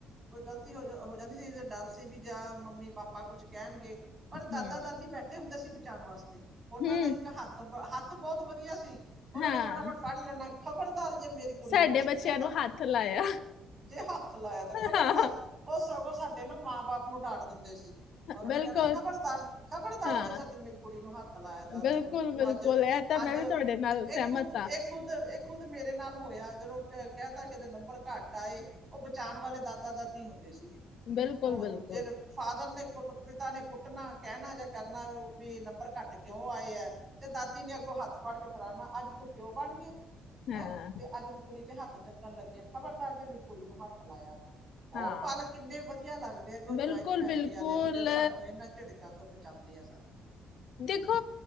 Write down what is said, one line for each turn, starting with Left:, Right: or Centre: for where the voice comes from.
Right: ਕੋਈ ਗ਼ਲਤੀ ਹੋ ਜਾ ਹੋ ਜਾਂਦੀ ਸੀ ਜ ਡਰ ਸੀ ਵੀ ਜਾਂ ਮੰਮੀ ਪਾਪਾ ਕੁਛ ਕਹਿਣਗੇ ਪਰ ਦਾਦਾ
Left: ਹੂੰ,
Right: ਦਾਦੀ ਬੈਠੇ ਹੁੰਦੇ ਸੀ। ਜਾਣ ਵਾਸਤੇ ਉਹਨਾਂ
Left: ਹੂੰ,
Right: ਦਾ ਇੱਕ ਹੱਥ ਹੱਥ ਬਹੁਤ ਵਧੀਆ ਸੀ ਉਹ
Left: ਹਾਂ,
Right: ਨੇ ਫਟਾਫਟ ਫੜ ਲੈਣਾ ਖਬਰਦਾਰ ਜੇ ਮੇਰੀ ਕੁੜੀ
Left: ਸਾਡੇ
Right: ਨੂੰ ਕੁਛ
Left: ਬੱਚਿਆਂ
Right: ਕਿਹਾ
Left: ਨੂੰ
Right: ਤਾਂ
Left: ਹੱਥ ਲਾਇਆ
Right: ਜੇ ਹੱਥ ਲਾਇਆ ਤਾਂ ਖ਼ਬਰਦਾਰ
Left: ਹਾਂ,
Right: ਉਹ ਸਗੋਂ ਸਾਡੇ ਨੂੰ ਮਾਂ ਬਾਪ ਨੂੰ ਡਾਟ ਦਿੰਦੇ ਸੀ ਉਹਨਾਂ
Left: ਬਿਲਕੁਲ,
Right: ਨੇ ਕਹਿਣਾ ਖਬਰਦਾਰ ਖ਼ਬਰਦਾਰ
Left: ਹਾਂ,
Right: ਜੇ ਸਾਡੀ ਮੇਰੀ ਕੁੜੀ ਨੂੰ ਹੱਥ ਲਾਇਆ ਤਾਂ
Left: ਬਿਲਕੁਲ-ਬਿਲਕੁਲ
Right: ਤੂੰ ਅੱਜ
Left: ਇਹ ਤਾਂ ਮੈਂ
Right: ਅੱਜ ਇਹ
Left: ਵੀ ਤੁਹਾਡੇ ਨਾਲ ਸਹਿਮਤ
Right: ਖੁਦ
Left: ਹਾਂ।
Right: ਇਹ ਖੁਦ ਇਹ ਖੁਦ ਮੇਰੇ ਨਾਲ ਹੋਇਆ ਜਦੋਂ ਕਹਿ ਤ ਕਿਦੇ ਨੰਬਰ ਘੱਟ ਆਏ ਉਹ ਬਚਾਂਣ ਵਾਲੇ ਦਾ ਦਾਦਾ ਦਾਦੀ ਹੁੰਦੇ ਸੀਗੇ
Left: ਬਿਲਕੁਲ-ਬਿਲਕੁਲ,
Right: ਉਹ ਜਿਹੜ ਫਾਦਰ ਨੇ ਪਿਤਾ ਨੇ ਕੁੱਟਣਾ ਕਹਿਣਾ ਜਾਂ ਕਰਨਾ ਵੀ ਨੰਬਰ ਘੱਟ ਕਿਉਂ ਆਏ। ਤੇ ਦਾਦੀ ਨੇ ਅ ਹੱਥ ਫੜ ਕੇ ਫਿਰਾਨਾ ਅੱਜ ਤੂੰ ਪਿਓ ਬਣ ਗਏ।
Left: ਹਾਂ,
Right: ਹੈਂ ਤੇ ਅੱਜ ਤ ਕੁੜੀ ਤੇ ਹੱਥ ਚੱਕਣ ਲੱਗਿਆ ਖ਼ਬਰਦਾਰ ਜੇ ਮੇਰੀ ਕੁੜੀ ਨੂੰ ਹੱਥ ਲਾਇਆ
Left: ਹਾਂ,
Right: ਉਹ ਪਲ ਕਿੰਨੇ ਵਧੀਆ ਲੱਗਦੇ ਆ ਵੀ ਉਹ
Left: ਬਿਲਕੁਲ-ਬਿਲਕੁਲ
Right: ਜੁਆਇੰਟ ਫੈਮਲੀ ਵਾਲੇ ਵੀ ਜੋ ਸਾਨੂੰ ਇਹਨਾਂ ਝਿੜਕਾਂ ਤੋਂ ਬਚਾਉਂਦੇ ਆ ਸਾਨੂੰ।
Left: ਦੇਖੋ